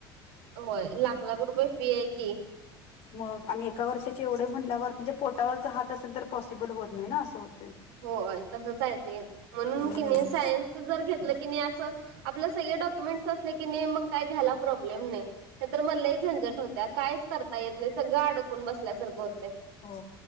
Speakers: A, on the right (about 85°); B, on the left (about 60°).
A: होय लाख लाख रुपये फी आहे की
B: मग आणि एका वर्षाचे एवढे म्हटल्यावर म्हणजे पोटावरचा हात असेल तर पॉसिबल होत नाही ना असं होत
A: हो तसच आहे ते म्हणून
B: हम्म.
A: क नाही सायन्स जर घेतलं की नाही असं आपलं सगळे डॉक्युमेंट असले की नाही मग काय घ्यायला प्रॉब्लेम नाही नाही तर मल्लाही झंझट होत्या कायच करता येत नाही सगळं अडोकून बसल्यासारखं होत
B: हो